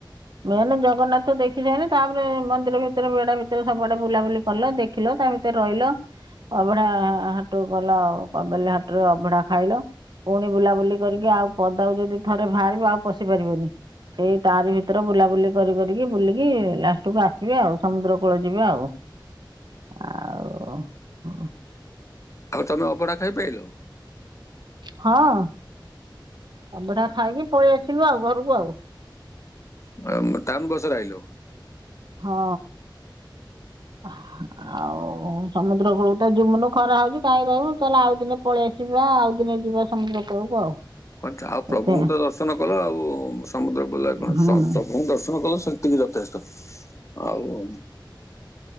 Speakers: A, on the right; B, on the left.
A: ମେନ ଜଗନ୍ନାଥ ଦେଖି ସାଇନେ ତାପରେ ମନ୍ଦିର ଭିତରେ ବେଡା ଭିତରେ ସବୁଆଡେ ବୁଲାବୁଲି କଲ ଦେଖିଲ। ତା ଭିତରେ ରହିଲ ଅଭଢା ହାଟ ଗଲ କବାଲି ହାଟରେ ଅବଢା ଖାଇଲ ପୁଣି ବୁଲାବୁଲି କରିକି ଆଉ ପଦାକୁ ଯଦି ଥରେ ବାହାରିବ ଆଉ ପଶି ପାରିବନି। ସେଇ ତାରି ଭିତରେ ବୁଲାବୁଲି କରି କରିକି ବୁଲିକି ଲାଷ୍ଟକୁୁ ଆସିବେ ଆଉ ସମୁଦ୍ର କୂଳ ଯିବେ ଆଉ ଆଉ ହଁ।
B: ଆଉ ତମେ ଅବଢା ଖାଇ ପାଇଲ?
A: ହଁ। ଅବଢା ଖାଇକି ପଳେଇ ଆସିଲୁ ଆଉ ଘରକୁ ଆଉ।
B: <inaudible> ଆଇଲ
A: ହଁ ହା ଆଉ ସମୁଦ୍ର କୂଳକୁତ ଯିମୁନୁ ଖରା ହୋଉଚି କାହିଁକି ରହିବୁ ଚାଲେ ଆଉ ଦିନେ ପଳେଇ ଆସିବା ଆଉ ଦିନେ ଯିବା ସମୁଦ୍ର କୂଳକୁ ଆଉ।
B: କଣ ଚାହା ପ୍ରଭୁଙ୍କୁତ
A: ଏତେ
B: ଦର୍ଶନ କଲ ଆଉ ସମୁଦ୍ର ବୁଲାରେ କଣ
A: ହୁଁ।
B: ଅଛି ସ ପ୍ରଭୁଙ୍କୁ ଦର୍ଶନ କଲ। ସେତିକି ଯଥେଷ୍ଟ। ଆଉ